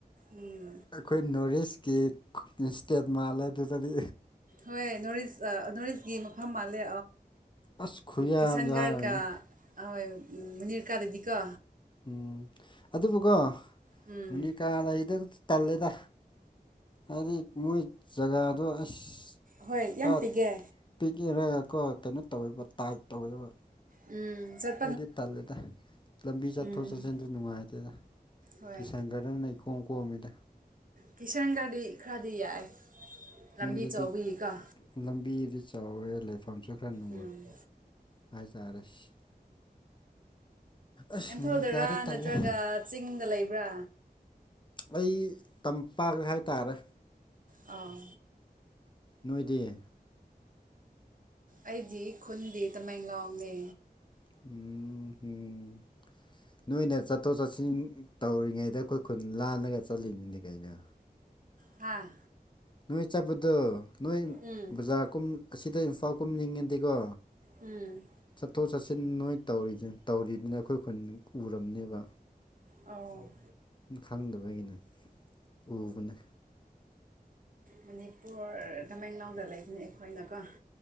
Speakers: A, on the right; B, on the left.
A: ꯎꯝ
B: ꯑꯩꯈꯣꯏ ꯅꯣꯔꯠ ꯏꯁꯀꯤ ꯏꯁꯇꯦꯠ ꯃꯥꯜꯂꯦ ꯑꯗꯨꯗꯗꯤ
A: ꯍꯣꯏ ꯅꯣꯔꯤꯁ ꯅꯣꯔꯤꯁꯀꯤ ꯃꯐꯝ ꯃꯥꯜꯂꯦ
B: ꯑꯁ ꯈꯨꯌꯥꯝꯗꯣ
A: ꯀꯁꯟꯒꯔ
B: ꯍꯥꯏꯔꯅꯨ
A: ꯀ ꯍꯣꯏꯅꯤꯔꯀꯥ ꯗꯤꯗꯤ ꯀ
B: ꯎ ꯑꯗꯨꯕꯨꯒ
A: ꯎꯝ
B: ꯃꯅꯤ ꯀꯥ ꯂꯩꯗ ꯇꯜꯂꯦꯗ ꯍꯥꯏꯗꯤ ꯃꯣꯏ ꯖꯒꯥꯗꯣ ꯑꯁ
A: ꯍꯣꯏ
B: ꯄꯨꯔꯥ
A: ꯌꯥꯝ ꯄꯤꯒꯦ
B: ꯄꯤꯛꯏꯔꯒꯀꯣ ꯀꯩꯅꯣ ꯇꯧꯋꯦꯕ ꯇꯥꯏꯠ ꯇꯧꯋꯦꯕ
A: ꯎꯝ ꯆꯠ
B: ꯑꯩꯗꯤ ꯇꯜꯂꯦꯗ ꯂꯝꯕꯤ ꯆꯠꯊꯣꯛ
A: ꯎꯝ
B: ꯆꯠꯁꯤꯟꯗ ꯅꯨꯡꯉꯥꯏꯇꯦꯗ
A: ꯍꯣꯏ
B: ꯀꯤꯁꯟꯒꯅ ꯅ ꯀꯣꯣꯡ ꯀꯣꯃꯤꯗ
A: ꯀꯤꯁꯟ ꯒꯥꯔꯗꯤ ꯈꯔꯗꯤ ꯌꯥꯏ ꯂꯝꯕꯤ
B: ꯃꯣꯏꯗꯗꯤ
A: ꯆꯥꯎꯕꯒꯤꯀꯣ
B: ꯂꯝꯕꯤꯗꯤ ꯆꯥꯎꯋꯦ ꯂꯩꯐꯝꯁꯨ ꯈꯔ
A: ꯎꯝ
B: ꯍꯖꯥꯔꯁ ꯑꯁ
A: ꯏꯝꯐꯥꯜꯗꯔꯥ
B: ꯃꯨꯅꯤꯀꯥꯗꯤ ꯇꯜꯂꯦ
A: ꯅꯠꯇ꯭ꯔꯒ ꯆꯤꯡꯗ ꯂꯩꯕ꯭ꯔꯥ
B: ꯑꯩ ꯇꯝꯄꯥꯛ ꯍꯥꯏꯇꯥꯔꯦ
A: ꯑꯥ
B: ꯅꯣꯏꯗꯤ
A: ꯑꯩꯗꯤ ꯈꯨꯟꯗꯤ ꯇꯃꯦꯡꯂꯥꯎꯅꯤ
B: ꯎꯝ ꯍꯝ ꯅꯣꯏꯅ ꯆꯠꯊꯣꯛ ꯆꯠꯁꯤꯟ ꯇꯧꯔꯤꯉꯩꯗ ꯑꯩꯈꯣꯏ ꯈꯨꯟ ꯂꯥꯜꯂꯒ ꯆꯠꯂꯤꯅꯤꯅꯦ ꯀꯩꯅꯣ
A: ꯍꯥꯥ
B: ꯅꯣꯏ ꯆꯠꯄꯗꯣ ꯅꯣꯏ
A: ꯎꯝ
B: ꯕꯖꯥꯔ ꯀꯨꯝ ꯑꯁꯤꯗ ꯏꯝꯐꯥꯜ ꯀꯨꯝꯅꯤꯡꯉ‌ꯗꯤꯀꯣ
A: ꯎꯝ
B: ꯆꯠꯊꯣꯛ ꯆꯠꯁꯤꯟ ꯅꯣꯏ ꯇꯧꯔꯤ ꯇꯧꯔꯤꯗꯨꯅꯦ ꯑꯩꯈꯣꯏ ꯈꯨꯟ ꯎꯔꯝꯅꯦꯕ
A: ꯑꯧ
B: ꯈꯪꯗꯕꯒꯤꯅꯦ ꯎꯕꯅꯦ
A: ꯃꯅꯤꯄꯨꯔ ꯇꯃꯦꯡꯂꯣꯡꯗ ꯂꯩꯕꯅꯦ ꯑꯩꯈꯣꯏꯅꯀꯣ